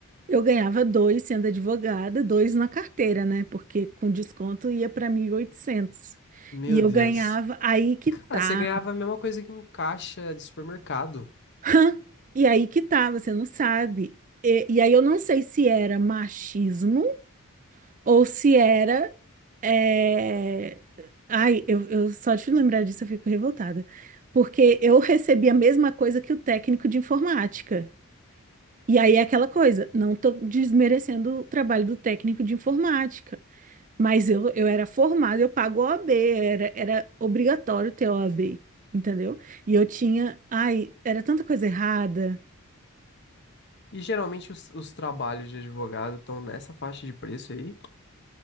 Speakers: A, on the right; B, on the left.
A: eu ganhava dois sendo advogada, dois na carteira, né? Porque com desconto ia para mil E oitocentos
B: Meu
A: e eu
B: Deus.
A: ganhava, aí que
B: Cara,
A: tá.
B: você ganhava a mesma coisa que um caixa de supermercado.
A: <laughs> E aí que tá, você não sabe. E, e aí eu não sei se era machismo ou se era. é, Ai, eu, eu só de lembrar disso eu fico revoltada. Porque eu recebi a mesma coisa que o técnico de informática. E aí é aquela coisa, não estou desmerecendo o trabalho do técnico de informática, mas eu, eu era formada, eu pago o OAB, era, era obrigatório ter OAB, entendeu? E eu tinha, ai, era tanta coisa errada,
B: E geralmente os, os trabalhos de advogado estão nessa faixa de preço aí?